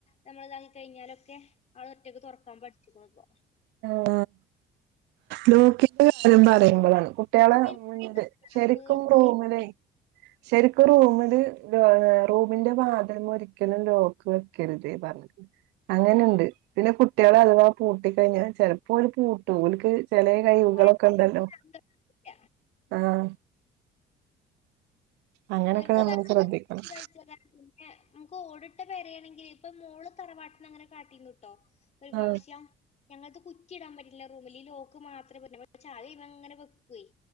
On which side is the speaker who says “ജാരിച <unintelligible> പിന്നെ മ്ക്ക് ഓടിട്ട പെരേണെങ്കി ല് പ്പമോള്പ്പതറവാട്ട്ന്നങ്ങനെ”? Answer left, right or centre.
Left